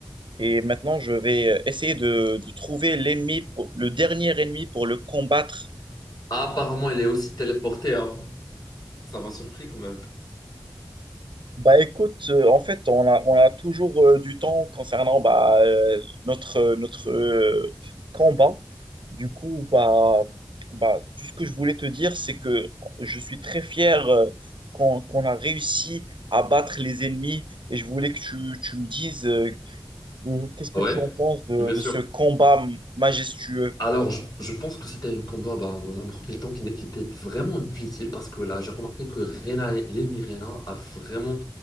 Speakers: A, on the right; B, on the left.
A: et maintenant, je vais euh, essayer de, de trouver l'ennemi, pour- le dernier ennemi pour le combattre.
B: Ah, apparemment, il est aussi téléporté. hein. Ça m'a surpris quand même.
A: Bah écoute, euh, en fait, on a, on a toujours euh, du temps concernant bah, euh, notre, euh, notre euh, combat. Du coup, bah, bah, tout ce que je voulais te dire, c'est que je suis très fier euh, qu'on, qu'on a réussi à battre les ennemis et je voulais que tu, tu me dises euh, euh, qu'est-ce que
B: Ah Ouais,
A: tu en penses de,
B: Oui, bien
A: de
B: sûr.
A: ce combat majestueux.
B: Alors, je, je pense que c'était un combat bah, dans un premier temps qui, n'est- qui était vraiment difficile parce que là, j'ai remarqué que Reyna, l'ennemi Reyna, a vraiment